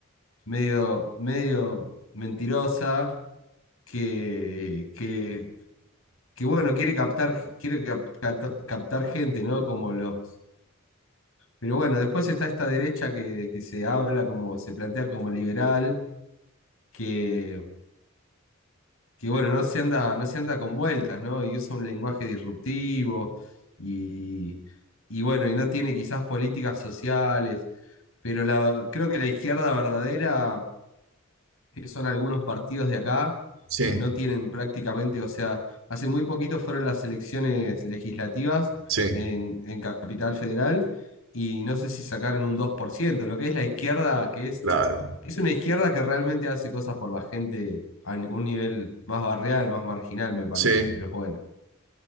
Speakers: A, on the left; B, on the right.
A: medio, medio mentirosa, que, que, que, bueno, quiere captar, quiere cap- cat- captar gente, ¿no? Como los. Pero bueno, después está esta derecha que, que se habla como, se plantea como liberal, que, que bueno, no se anda, no se anda con vueltas, ¿no? Y usa un lenguaje disruptivo y, y bueno, y no tiene quizás políticas sociales. Pero la, creo que la izquierda verdadera que son algunos partidos de acá,
B: Sí,
A: no tienen prácticamente, o sea, hace muy poquito fueron las elecciones legislativas
B: sí,
A: en, en Capital Federal y no sé si sacaron un 2% lo que es la izquierda, que es,
B: claro.
A: que es una izquierda que realmente hace cosas por la gente a un nivel más barrial, más marginal, me parece,
B: Sí,
A: pero bueno.